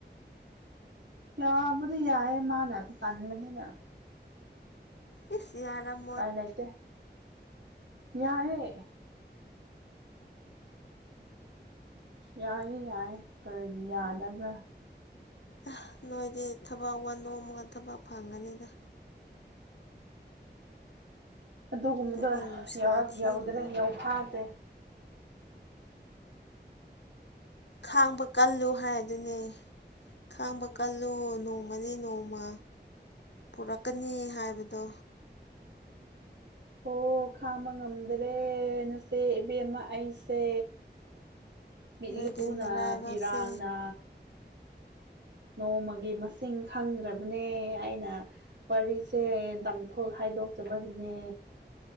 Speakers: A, on the right; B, on the left.
A: ꯌꯥꯕꯨꯗꯤ ꯌꯥꯏꯌꯦ ꯃꯥꯅ ꯇꯟꯕꯅꯤꯅ
B: ꯑꯦꯁ ꯌꯥꯔꯝ
A: ꯄꯥꯏ ꯂꯥꯏꯇꯦ ꯌꯥꯔꯦ ꯌꯥꯏꯌꯦ ꯌꯥꯏ ꯀꯔꯤꯗꯤ ꯌꯥꯗꯕ꯭ꯔꯥ
B: ꯑꯥ ꯅꯣꯏꯗꯤ ꯊꯕꯛ ꯋꯥꯅꯣꯝꯃꯒ ꯊꯕꯛ ꯐꯪꯒꯅꯤꯗ
A: ꯑꯗꯨꯒꯨꯝꯕꯗꯣ
B: ꯑꯗꯨꯒꯤ ꯅꯨꯡꯁꯥ
A: ꯌꯧꯔꯛ
B: ꯊꯤꯔꯨꯅꯨ
A: ꯌꯧꯗ꯭ꯔꯦ ꯌꯧꯐꯥꯗꯔꯦ
B: ꯈꯥꯡꯕ ꯀꯜꯂꯨ ꯍꯥꯏꯗꯨꯅꯦ ꯈꯥꯡꯕ ꯀꯜꯂꯨ ꯅꯣꯡꯃꯅꯤ ꯅꯣꯡꯃ ꯄꯨꯔꯛꯀꯅꯤ ꯍꯥꯏꯕꯗꯣ
A: ꯑꯣ ꯈꯥꯕ ꯉꯝꯗ꯭ꯔꯦ ꯅꯆꯦ ꯏꯕꯦꯝꯃ ꯑꯩꯁꯦ ꯃꯤꯠꯂꯨꯅ
B: ꯅꯨꯣꯏꯗꯤ ꯅꯔꯥꯏꯂꯥꯛꯁꯦ
A: ꯄꯤꯔꯥꯡꯅ ꯅꯣꯡꯃꯒꯤ ꯃꯁꯤꯡ ꯈꯪꯗ꯭ꯔꯕꯅꯦ ꯑꯩꯅ ꯋꯥꯔꯤꯁꯦ ꯇꯝꯊꯣꯛ ꯍꯥꯏꯗꯣꯛꯇꯕꯒꯤꯅꯦ